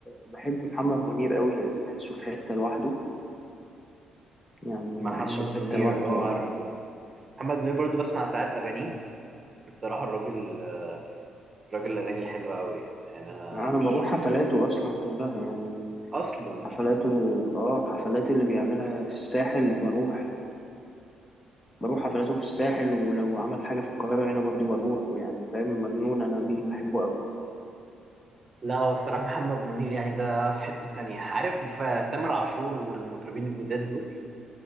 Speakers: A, on the left (about 20°); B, on the right (about 30°).
A: بحب محمد منير قوي لان بحسه في حته لوحده يعني
B: محمد
A: بحسه في
B: منير
A: حته لوحده
B: اه عارفه محمد منير برضو بسمع ساعات أغانيه الصراحة الراجل آه، الراجل أغانيه حلوة أوي يعني أنا
A: يعني انا
B: مش
A: بروح حفلاته اصلا كلها يعني
B: أصلا
A: حفلاته اه حفلات اللي بيعملها في الساحل بروح بروح حفلاته في الساحل ولو عمل حاجه في القاهره هنا برضو بروح ويعني فاهم مجنون انا بيه بحبه قوي
B: لا هو الصراحة محمد منير يعني ده في حتة تانية عارف فتامر عاشور والمطربين الجداد دول